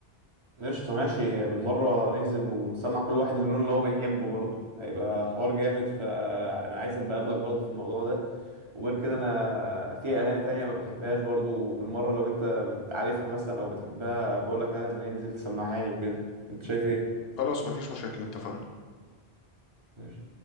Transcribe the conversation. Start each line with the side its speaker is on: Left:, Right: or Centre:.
Right: قشطة ماشي بالمرة ننزل ونسمع كل واحد اللون اللي هو بيحبه برضه هيبقى حوار جامد فأنا عايز أبقى أقابلك برضه في الموضوع ده وغير كده أنا في أغاني تانية ما بحبهاش برضه بالمرة لو أنت بتعرفها مثلا أو بتحبها بقولك عليها لما ننزل تسمعها لي وكده أنت شايف إيه؟
Left: خلاص مفيش مشاكل اتفقنا
Right: قشطة.